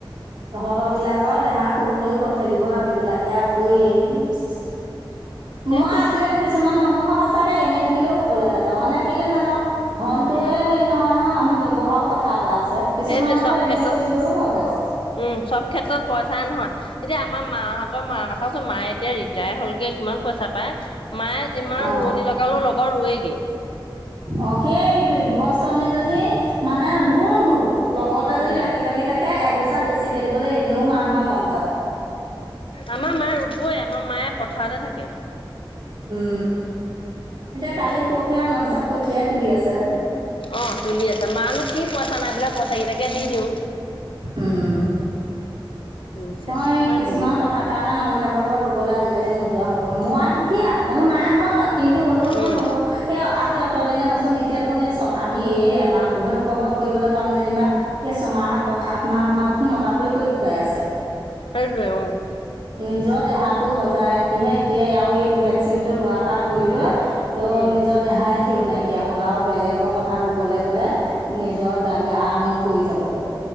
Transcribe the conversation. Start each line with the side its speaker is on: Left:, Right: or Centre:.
Right: তহঁতৰ বিলাকৰ দেহা সুখ লৈ ঘৰত থাকিব আমিবিলাকে আকৌ এ
Left: সেইটোৱে
Right: মই আজিকালি কিছুমান মানুহ এখন সঁচাকে এনেই থাকিলেও ৰুবলৈ নাযাও মানে কেলে নাযাওঁ ধনটো
Left: উম
Right: য়ে হেৰি নহয় নহয় মানুহৰ ব্যয়ৱহাৰো কথা এটা আছে কিছুমানৰ
Left: সেইটোৱে চব
Right: ঘৰত
Left: ক্ষেত্ৰত
Right: এনে কৰি দিবলৈও মন যাব
Left: উম চব ক্ষেত্ৰত পইচাই নহয়। এতিয়া আমাৰ মাহঁতৰ মাৰ কথাছো মায়ে এতিয়া ৰিটায়াৰ হলকে কিমান পইচা পায়? মায়ে যিমান
Right: অ
Left: ৰোৱনী লগালো লগৰ ৰুয়েগে।
Right: অ সেইটোৱে গৃহস্থনীজনী মানে ৰু নৰু। লগতে যদি
Left: উম
Right: লাগি বাগি থাকে এগোচা বেছিকে দিবলৈ এনেও মানুহৰ মন যাব।
Left: আমাৰ মা ৰুবই আমাৰ মায়ে পথাৰতে থাকে।
Right: উম
Left: আমাৰ
Right: এতিয়া
Left: তেনেকুৱা
Right: কালি পৰখীয়া নন চপ কঠিয়াই তুলি আছে।
Left: অ তুলি আছে মানুহ কি পইচা নাই বোলে পইচা কেইটাকে দি দিওঁ।
Right: উম
Left: ৰুইছে
Right: মই
Left: তোমাৰ
Right: কিছুমান
Left: দুবি
Right: কথা কাৰণে মানুহ বিলাক ম ঘৰত ৰুবলৈ আজিকালি নোযোৱা হ'লো মোৰ আৰু দুখীয়া মোৰ নাই হয়। কিন্তু হ'লেও মই
Left: উম
Right: নহো এ আজি অঁতৰ দিনতচোন এতিয়া দেখোন এই চম আমি এ মাহতটোহে লোকৰ ঘৰত কৰিবলৈ পাম যেনিবা এই ছমাহ সাত মাহ আঠ মাহ দেখোন মতা টোৱে কৰি খুৱাই আছে।
Left: হোৱে অ'।
Right: নিজৰ দেহাটো বজাই ৰাখিহে এতিয়া আৰু এই ভেকচিন টো লোৱাৰ পৰা ধৰি লৈ ত
Left: উম
Right: নিজৰ দেহাই থঠেউ নাইকিয়া হ'ল আৰু বেলেগৰ পথাৰ ৰুবলৈ গলে নিজৰ দ গামো পৰি যাবগৈ।